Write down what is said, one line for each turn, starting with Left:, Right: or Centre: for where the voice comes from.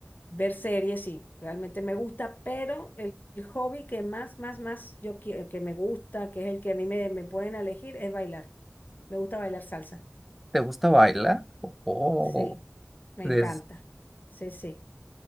Left: ver series, sí, realmente me gusta, pero el, el hobby que más, más, más yo quiero, que me gusta, que es el que a mí me, me pueden elegir, es bailar. Me gusta bailar salsa.
Centre: ¿Te gusta bailar? Oh,
Left: Sí, me
Centre: des-
Left: encanta. Sí, sí.